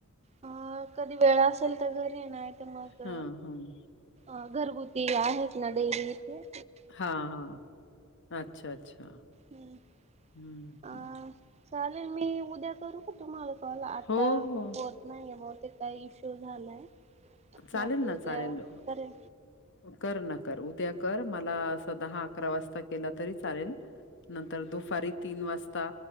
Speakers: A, on the right; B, on the left.
A: अ कधी वेळा असेल तर घर येणार आहे तर मग
B: हां, हां.
A: अ घरगुती ती आहेत ना देवी हो
B: हां हां अच्छा अच्छा
A: ह्
B: हं,
A: अ
B: हं.
A: चालेल मी उद्या करू तुम्हाला कॉल आता
B: हो, हो.
A: होत नाही मग ते काय इश्यू झालाय
B: चालेल
A: ह ब
B: ना, चालेल.
A: द्या बरे.
B: कर न कर उद्या कर मला अस दहा अकरा वाजता केला तरी चालेल. नंतर दुपारी तीन वाजता.